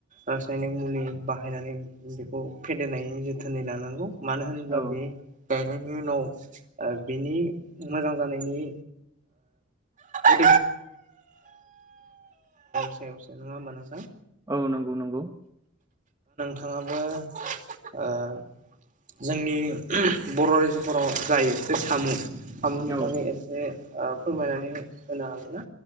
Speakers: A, on the right; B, on the right.
A: रासायनीक मुलि बाहायनानै बेखौ फेदेरनायनि जोथोनै लानांगौ मानो होनोबा
B: औ
A: बे गायनायनि उनाव ओ बिनि मोजां जानायनि <unintelligible> सायावसो नङा होमब नोंथां
B: औ नंगौ नंगौ
A: बिथाङाबो <unintelligible> जोंनि बर रायजोफोराव जायो जे सामु खामानि
B: औ
A: बागै एसे ओ फोरमायनानै हो-होनो हागोन ना?